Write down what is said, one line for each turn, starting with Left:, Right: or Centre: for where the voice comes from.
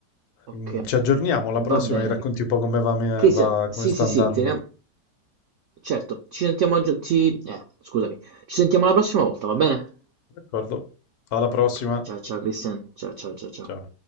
Right: Okay,
Left: Mm, Ci aggiorniamo alla
Right: va
Left: prossima
Right: bene.
Left: e racconti un po' come va, me-
Right: Cristian,
Left: va-
Right: sì,
Left: come sta
Right: sì,
Left: andando.
Right: sì, teniamo... Certo, ci sentiamo aggior- ci- eh, scusami. Ci sentiamo la prossima volta, va bene?
Left: D'accordo? Alla prossima.
Right: Ok, ciao ciao Cristian, ciao ciao ciao ciao.
Left: Ciao.